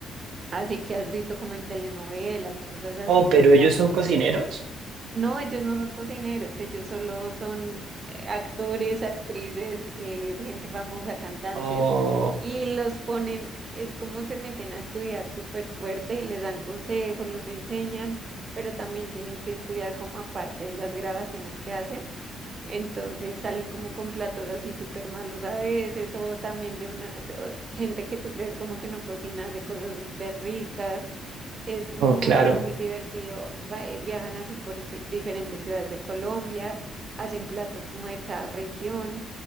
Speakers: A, on the right (about 40°); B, on the right (about 75°).
A: así que has visto como en telenovelas y cosas así
B: Oh,
A: como
B: pero ellos son cocineros.
A: no, ellos no son cocineros, ellos solo son eh, actores, actrices, eh, gente famosa, cantantes,
B: Oh,
A: y los ponen, es como se meten a estudiar súper fuerte y les dan consejos, los enseñan, pero también tienen que estudiar como aparte de las grabaciones que hacen. Entonces salen como con platos así súper malos a veces, o también de una de- o gente que tú crees como que no cocina, hace cosas súper ricas. Es muy,
B: oh, claro.
A: muy divertido. Va- eh, viajan así por ci- diferentes ciudades de Colombia, hacen platos como de cada región.